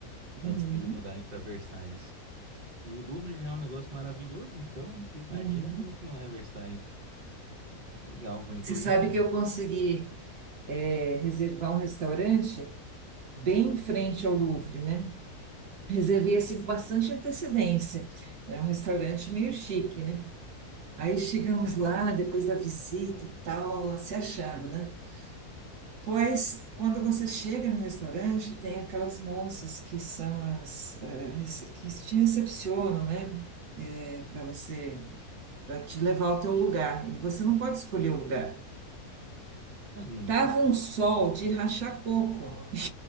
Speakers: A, on the right; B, on the right.
A: uhum,
B: Antes deles mudarem para Versalhes. E o Louvre já é um negócio maravilhoso, então imagina
A: uhum.
B: como que não é Versalhes. Legal, vou incluir
A: Você sabe
B: sim.
A: que eu consegui, eh, reservar um restaurante bem em frente ao Louvre, né? Reservei assim com bastante antecedência. É um restaurante meio chique, né? Aí chegamos lá, depois da visita e tal, se achando, né? Pois, quando você chega no restaurante, tem aquelas moças que são as, eh, rece- que te recepcionam, né? Para você, para te levar ao teu lugar. E você não pode escolher o lugar.
B: Ah, não
A: Tava
B: pode?
A: um sol de rachar coco. <laughs>